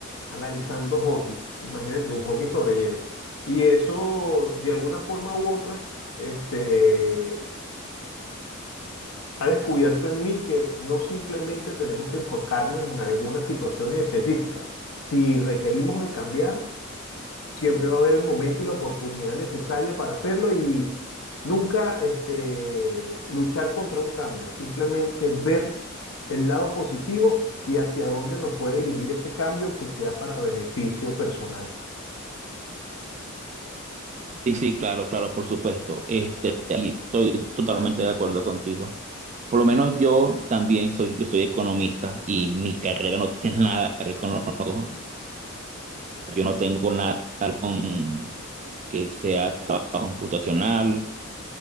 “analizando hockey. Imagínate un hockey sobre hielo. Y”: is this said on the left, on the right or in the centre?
Left